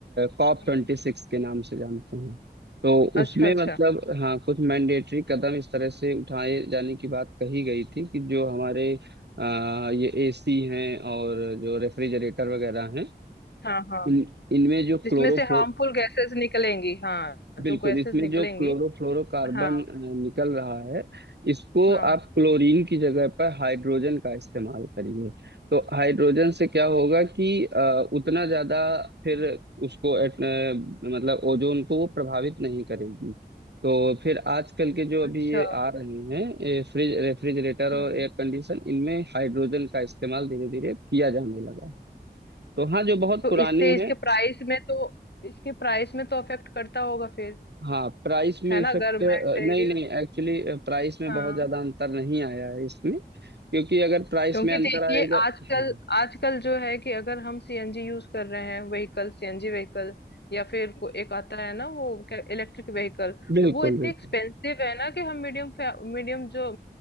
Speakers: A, on the right (about 80°); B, on the left (about 80°).
A: कॉप
B: हम्म
A: ट्वेंटी सिक्स के नाम से जानते हैं तो उसमें
B: अच्छा अच्छा
A: मतलब हाँ कुछ मैंडेटरी कदम इस तरह से उठाए जाने की बात कही गई थी कि जो हमारे अ, ये एसी हैं और जो रेफ्रिजरेटर वगैरह हैं
B: हाँ हाँ
A: इन इनमें जो
B: जिसमें
A: क्लोरोफ्लो
B: से हार्मफुल गैसेस निकलेंगी हाँ
A: बिल्कुल
B: जो गैसेस
A: इसमें
B: निकलेंगी
A: जो क्लोरोफ्लोरोकार्बन
B: हाँ
A: अ, निकल रहा है इसको
B: हाँ
A: आप क्लोरीन की जगह पर हाइड्रोजन का इस्तेमाल करिए तो हाइड्रोजन से क्या होगा कि अ, उतना ज्यादा फिर
B: हम्म,
A: उसको एट- अ, मतलब ओजोन को वो प्रभावित नहीं करेगी तो फिर आजकल के जो अभी
B: अच्छा
A: ये आ रहे हैं ये फ्रिज रेफ्रिजरेटर और
B: हम्म
A: एयर कंडीशन इनमें हाइड्रोजन का इस्तेमाल धीरे धीरे किया जाने लगा तो हाँ जो बहुत
B: तो
A: पुराने
B: इससे इसके
A: हैं
B: प्राइस में तो इसके प्राइस में तो अफेक्ट करता होगा फिर
A: हाँ प्राइस में
B: है
A: इफेक्ट
B: ना अगर मटेरियल
A: नहीं नहीं एक्चुअली प्राइस
B: हाँ
A: में बहुत ज्यादा अंतर नहीं आया है इसमें क्योंकि अगर प्राइस
B: क्योंकि
A: में अंतर
B: देखिए
A: आएगा
B: आजकल
A: हाँ,
B: आजकल जो है कि अगर हम सीएनजी यूज कर रहे हैं व्हीकल सीएनजी व्हीकल या फिर को एक आता है ना वो क्या इलेक्ट्रिक व्हीकल
A: बिल्कुल
B: वो इतने
A: बिल्कुल
B: एक्सपेंसिव है ना कि हम मीडियम मीडियम जो